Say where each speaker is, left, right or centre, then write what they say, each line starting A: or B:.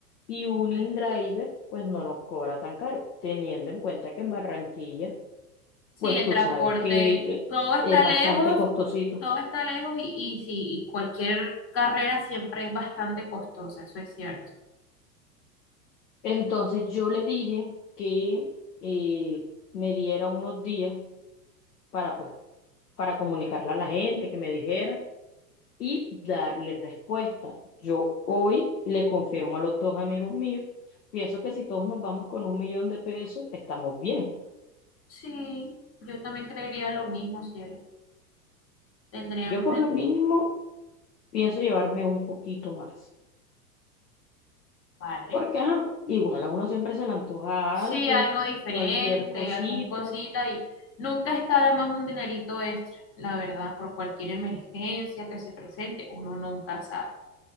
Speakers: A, on the left; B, on the left.
A: y un
B: Ok.
A: InDriver pues no nos cobra tan caro, teniendo en cuenta que en Barranquilla
B: Sí,
A: pues
B: el
A: tú
B: transporte,
A: sabes que eh,
B: todo está
A: es bastante
B: lejos,
A: costosito.
B: todo está lejos y, y sí, y cualquier carrera siempre es bastante costosa, eso es cierto.
A: Entonces yo le dije que eh, me diera unos días para, pues, para comunicarle a la gente, que me dijera y darle respuesta. Yo hoy le confirmo a los dos amigos míos, pienso que si todos nos vamos con un millón de pesos, estamos bien.
B: Sí, yo también creería lo mismo, cielo. Tendríamos
A: Yo por
B: el...
A: lo mínimo pienso llevarme un poquito más,
B: Vale.
A: porque ajá, igual a uno siempre se le antoja
B: Sí,
A: algo,
B: algo diferente,
A: cualquier cosita,
B: algún cosita y nunca está de más un dinerito extra, la verdad, por cualquier emergencia que se presente, uno nunca sabe.